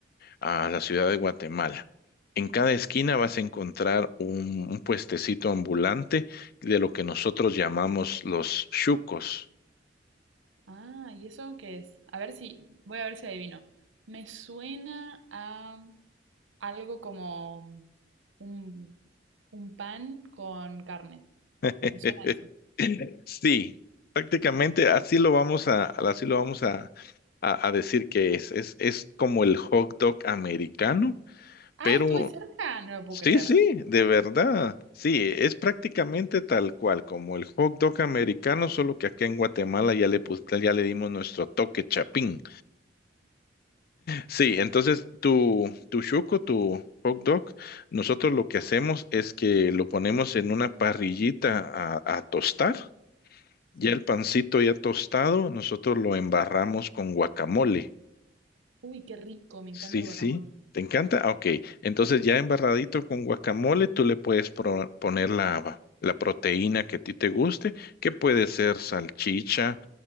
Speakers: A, on the left; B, on the right.
A: a la ciudad de Guatemala, en cada esquina vas a encontrar un, un puestecito ambulante de lo que nosotros llamamos los chucos.
B: Ah, ¿y eso qué es? A ver si, voy a ver si adivino. Me suena a algo como un, un pan con carne.
A: <laughs>
B: Me suena a eso.
A: Sí, prácticamente así lo vamos a, así lo vamos a, a- a decir que es. Es, es como el hot dog americano,
B: Ah,
A: pero
B: estuve cerca, no lo puedo
A: sí,
B: creer.
A: sí, de verdad. Sí, es prácticamente tal cual, como el hot dog americano, solo que aquí en Guatemala ya le, pus- ya le dimos nuestro toque chapín. Sí, entonces tu, tu chuco, tu hot dog, nosotros lo que hacemos es que lo ponemos en una parrillita a a tostar. Ya
B: Sí.
A: el pancito ya tostado, nosotros lo embarramos con guacamole.
B: Uy, qué rico, me encanta
A: Sí,
B: el guacamole.
A: sí. ¿Te encanta? Ah, Ok. Entonces ya embarradito con guacamole, tú le puedes pro- poner la, la proteína que a ti te guste, que puede ser salchicha,